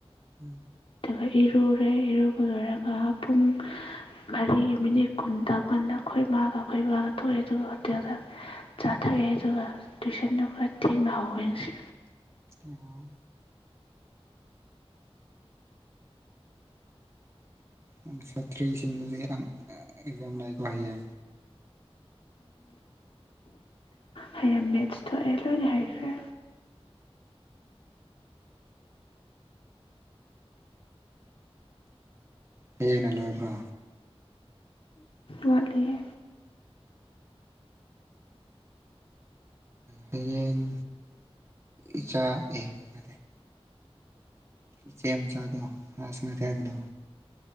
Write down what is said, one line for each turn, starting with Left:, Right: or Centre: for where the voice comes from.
Right: ꯎꯝ
Left: ꯑꯗꯨꯒ ꯏꯔꯨꯔꯦ ꯏꯔꯨꯕ ꯂꯣꯏꯔꯒ ꯄꯨꯡ ꯃꯔꯤꯒꯤ ꯃꯤꯅꯤꯠ ꯀꯨꯟ ꯇꯀꯥꯟꯗ ꯑꯩꯈꯣꯏ ꯏ ꯃꯥꯒ ꯑꯩꯈꯣꯏ ꯏꯕꯥꯒ ꯊꯣꯛꯑꯦ ꯑꯗꯨꯒ ꯍꯣꯇꯦꯜꯗ ꯆꯥꯊꯛꯑꯦ ꯑꯗꯨꯒ ꯇꯨꯏꯁꯟꯗꯨꯣ ꯈꯔ ꯊꯦꯡꯅ ꯍꯧꯧꯋꯦ ꯉꯁꯤ
Right: ꯑꯣ ꯑ ꯁꯥꯇ꯭ꯔꯤꯁꯤꯡꯗꯗꯤ ꯑꯦꯛꯖꯥꯝ ꯂꯥꯛꯄ ꯍꯥꯏꯩꯌꯦ
Left: ꯍꯌꯦꯡ ꯃꯦꯠꯁ ꯊꯣꯛꯑꯦ ꯂꯣꯏꯅ ꯍꯥꯏꯩꯈ꯭ꯔꯦ
Right: ꯍꯌꯦꯅꯦ ꯂꯣꯏꯕ꯭ꯔꯣ
Left: ꯋꯥꯠꯂꯤꯦ
Right: ꯍꯌꯦꯡ ꯏꯆꯥ ꯑꯦ ꯅ ꯏꯆꯦ ꯃ ꯆꯥꯗꯣ ꯑꯁꯅ ꯊꯒꯗꯣ